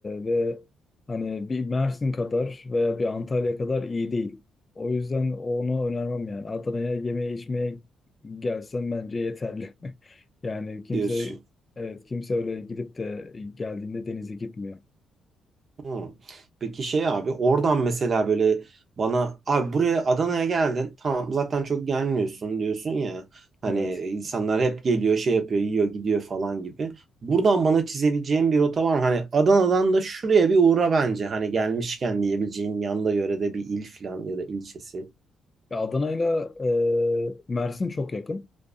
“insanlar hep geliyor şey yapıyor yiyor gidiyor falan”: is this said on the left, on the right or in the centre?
Right